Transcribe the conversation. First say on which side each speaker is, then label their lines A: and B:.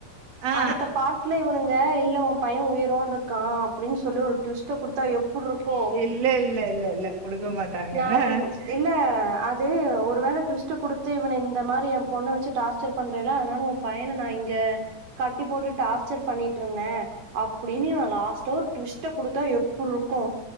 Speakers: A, on the right (about 50°); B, on the right (about 75°).
A: ஆ
B: அடுத்த பாட்டுல இவனுங்க இல்ல ஒ பையன் உயிரோட க்கான் அப்டின்னு சொல்லி ஒரு ட்விஸ்ட்ட குடுத்தா எப்டி இருக்கும்
A: இல்ல இல்ல இல்ல இல்ல குடுக்க மாட்டாங்க.
B: நானுன் இல்ல அது து ஒரு வேள ட்விஸ்ட்ட குடுத்து இவன இந்த மாரி எ பொண்ண வச்சு டார்ச்சர் பண்ற அதனால உன் பையன நா இங்க கட்டி போட்டு டார்ச்சர் பண்ணிட்டுருந்தே அப்டின்னு இவன் லாஸ்டா ஒரு ட்விஸ்ட்ட குடுத்தா எப்புட்ருக்கு